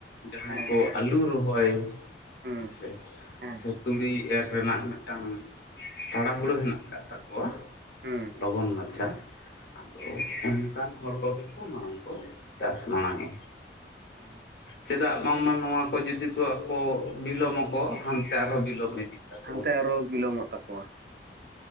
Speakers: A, on the left (about 70°); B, on the right (about 55°).
A: ᱡᱟᱦᱟᱸᱭ
B: ᱦᱮᱸ
A: ᱠᱚ ᱟᱞᱩ ᱨᱚᱦᱚᱭ
B: ᱦᱩᱸ
A: ᱦᱮᱸ ᱥᱮ
B: ᱦᱮᱸ
A: ᱥᱮ ᱛᱩᱲᱤ ᱮᱨ ᱨᱮᱱᱟᱜ ᱢᱤᱫᱴᱟᱝ ᱴᱟᱲᱟᱦᱩᱲᱟᱹ ᱦᱮᱱᱟᱜ ᱟᱠᱟᱫ ᱛᱟᱠᱚᱣᱟ ᱾
B: ᱦᱩᱸ
A: ᱞᱚᱜᱚᱱ ᱢᱟᱪᱷᱟ ᱟᱫᱚ ᱚᱱᱠᱟᱱ ᱦᱚᱲ ᱠᱚᱜᱮ ᱢᱟᱲᱟᱝ ᱠᱚ ᱪᱟᱥ ᱢᱟᱲᱟᱝ ᱮ᱾
B: <inaudible>
A: ᱪᱮᱫᱟᱜ ᱵᱟᱝᱢᱟ ᱱᱚᱣᱟ ᱠᱚ ᱡᱩᱫᱤ ᱠᱚ ᱟᱠᱚ ᱵᱤᱞᱚᱢᱟᱠᱚ ᱦᱟᱱᱛᱮ ᱟᱨᱦᱚᱸ ᱵᱤᱞᱚᱢ ᱤᱫᱤ ᱛᱟᱠᱚᱣᱟ ᱾
B: ᱦᱟᱱᱛᱮ ᱟᱨᱚ ᱵᱤᱞᱚᱢᱚᱜ ᱛᱟᱠᱚᱣᱟ ᱾